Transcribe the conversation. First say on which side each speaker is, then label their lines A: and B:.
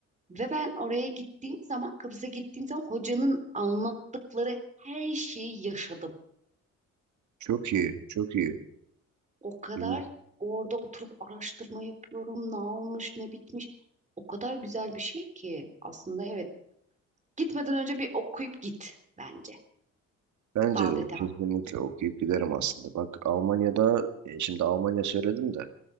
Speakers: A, on the right; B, on the right.
A: Ve ben oraya gittiğim zaman, Kıbrıs'a gittiğim zaman hocanın anlattıkları her şeyi yaşadım.
B: çok iyi, çok iyi.
A: O kadar
B: İyi.
A: orada oturup araştırma yapıyorum, ne olmuş, ne bitmiş. O kadar güzel bir şey ki aslında evet. Gitmeden önce bir okuyup git bence.
B: Bence
A: Daha
B: de
A: detaylı.
B: kesinlikle okuyup giderim aslında. Bak Almanya'da, e, şimdi Almanya söyledim de